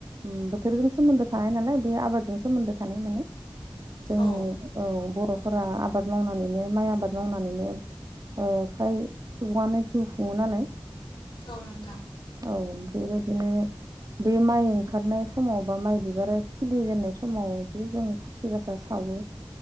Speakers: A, on the right; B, on the left.
A: उम बोथोरजों सोमोन्दो थानाय नालाय बे आबादजों सोमोन्दो थानाय माने जोंनि
B: औ
A: औ बर' फोरा आबाद मावनानैनो माइ आबाद मावनानैनो ओ फ्राय सुबुङानो जिउ खुङो नालाय
B: औ नोंथां
A: औ बेबायदिनो बे माइ ओंखारनाय समाव बा माइ बिबार आरो खिलिजेननाय समाव जि जों खाथि गासा सावो।